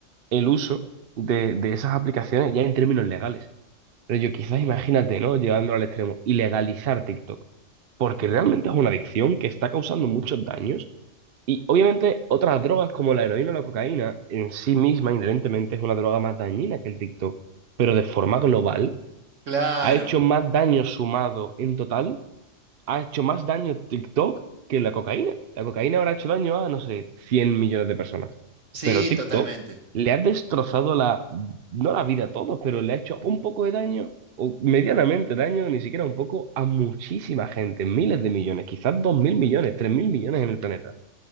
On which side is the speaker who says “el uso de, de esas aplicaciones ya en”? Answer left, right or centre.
Right